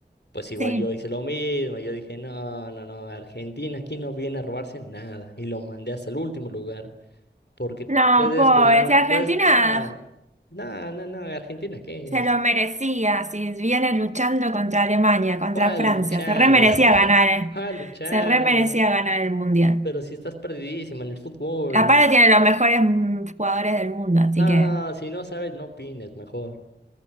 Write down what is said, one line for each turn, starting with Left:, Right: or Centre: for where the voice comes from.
Left: pues igual
Right: sí.
Left: yo hice lo mismo. Yo dije, no, no, no, Argentina aquí no viene a robarse nada. Y lo mandé hasta el último lugar, porque
Right: No,
Left: puedes
Right: pobre,
Left: jugar,
Right: si Argentina
Left: puedes no, no, no, no, Argentina, ¿qué
Right: se
Left: es?
Right: lo merecía, si viene luchando contra Alemania, contra
Left: ¿Cuál
Right: Francia,
Left: luchando?
Right: se re merecía ganar,
Left: <laughs>
Right: eh.
Left: ¿Cuál luchando?
Right: Se re merecía ganar el Mundial.
Left: Pero si estás perdidísima en el fútbol.
Right: Aparte tiene los mejores mm, jugadores del mundo, así
Left: No,
Right: que,
Left: si no sabes, no opines, mejor.